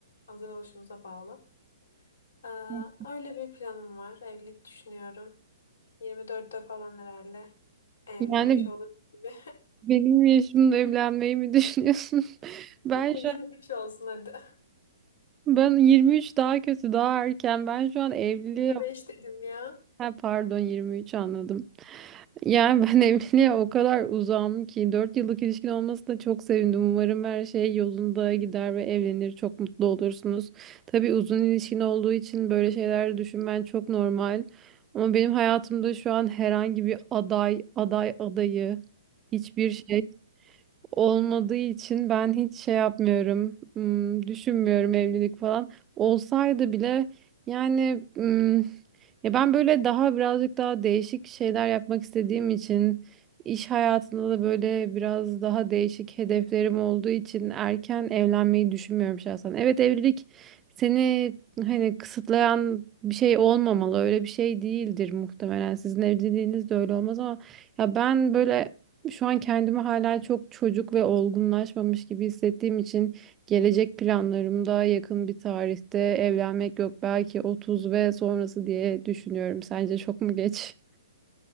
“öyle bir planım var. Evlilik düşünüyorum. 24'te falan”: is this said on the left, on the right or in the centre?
Left